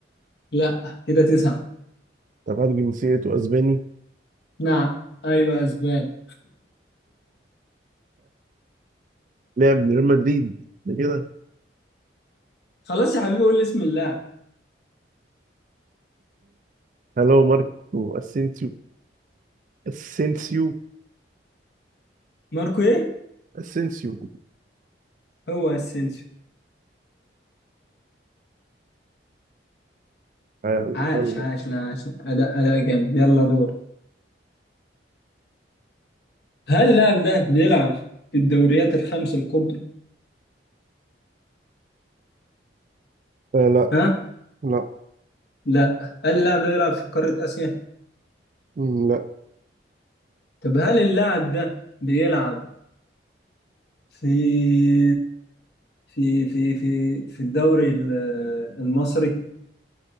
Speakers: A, on the left; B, on the right.
A: لا كده تسعه
B: طب هل جنسيته أسباني
A: نعم ايوه اسبان
B: لعب لريال مدريد ده كده
A: خلاص يا حبيبي قول لي اسم اللاعب
B: هلو ماركو اسينسيو اسينسيو
A: ماركو ايه
B: اسينسيو
A: هو اسينسيو
B: آه،
A: عاش
B: يلا
A: عاش لا عاش اداء اداء جامد يلا دور هل اللاعب ده بيلعب في الدوريات الخمس الكبرى
B: آه لا
A: ها
B: لا
A: لا هل اللاعب ده بيلعب في قارة اسيا
B: مم، لا
A: طب هل اللاعب ده بيلعب في في في في في الدوري ال- المصري